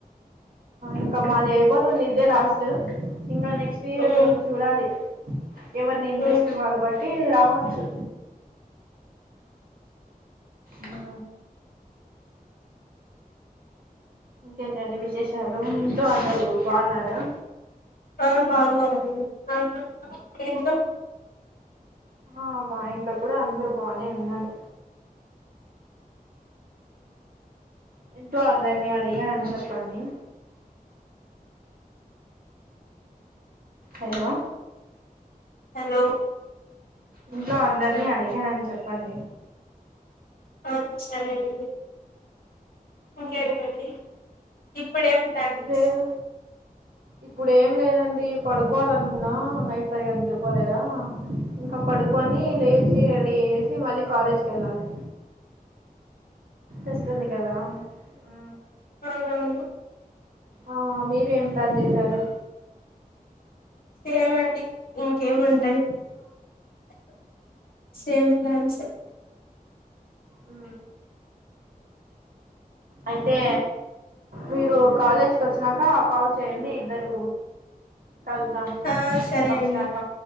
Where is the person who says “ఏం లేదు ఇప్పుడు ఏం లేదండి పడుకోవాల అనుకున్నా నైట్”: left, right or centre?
Right